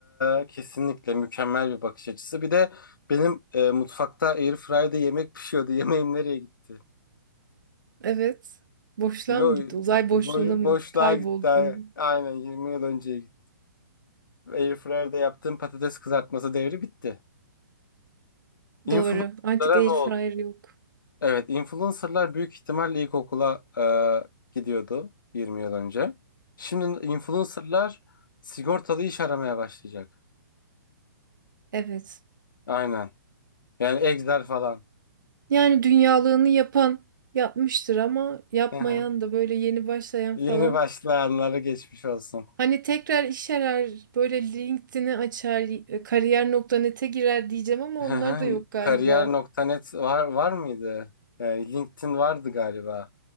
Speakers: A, on the left; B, on the right.
A: e, kesinlikle mükemmel bir bakış açısı. Bir de benim e, mutfakta Airfryer'da yemek pişiyordu. <laughs> Yemeğim nereye gitti?
B: Evet. Boşluğa
A: Yo,
B: mı gitti? Uzay boşluğuna
A: boy-
B: mı?
A: boşluğa
B: Kayboldu
A: gitti.
B: mu?
A: Aynen 20 yıl önce gitti. Airfryer'da yaptığım patates kızartması devri bitti. Influencerlara
B: Doğru. Artık air
A: ne oldu?
B: fryer yok.
A: Evet, influencerlar büyük ihtimalle ilkokula e, gidiyordu 20 yıl önce. Şimdi influencerlar sigortalı iş aramaya başlayacak.
B: Evet.
A: Aynen. Yani Excel falan.
B: Yani dünyalığını yapan yapmıştır ama yapmayan
A: <laughs>
B: da böyle yeni başlayan
A: Yeni
B: falan.
A: başlayanlara geçmiş olsun.
B: Hani tekrar iş arar, böyle LinkedIn'i açar, e, kariyer kariyer.net'e girer diyeceğim ama
A: Hı
B: onlar
A: hı.
B: da yok galiba.
A: Kariyer nokta net var var mıydı? Ee, LinkedIn vardı galiba.